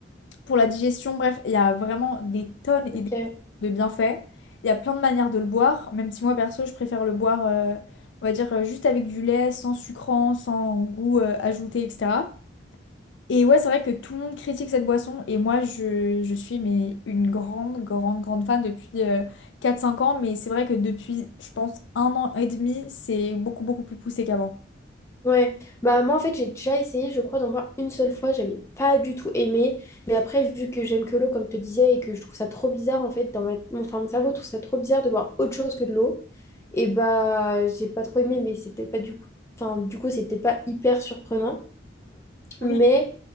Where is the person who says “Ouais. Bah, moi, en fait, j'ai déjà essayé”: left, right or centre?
Left